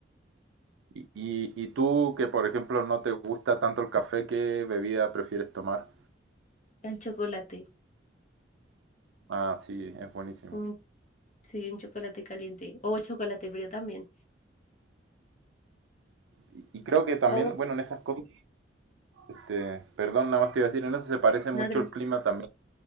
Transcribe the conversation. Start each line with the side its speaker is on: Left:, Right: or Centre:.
Right: Y, y, y tú, que por ejemplo no te gusta tanto el café, ¿qué bebida prefieres tomar?
Left: el chocolate,
Right: Ah, sí, es buenísimo.
Left: como un- sí, un chocolate caliente o chocolate frío también,
Right: Y, y creo que también,
Left: o
Right: bueno, en esas cosas, este, perdón, nada más te iba a decir, en eso se parece
Left: una
Right: mucho
Left: tran-
Right: el clima también